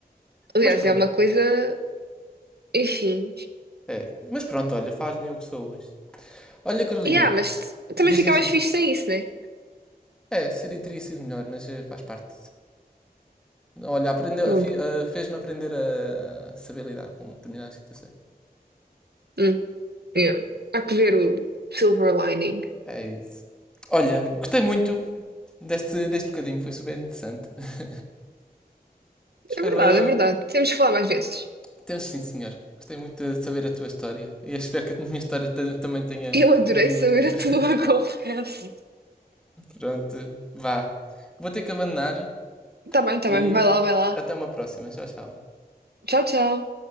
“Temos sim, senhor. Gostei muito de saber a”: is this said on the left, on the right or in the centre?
Centre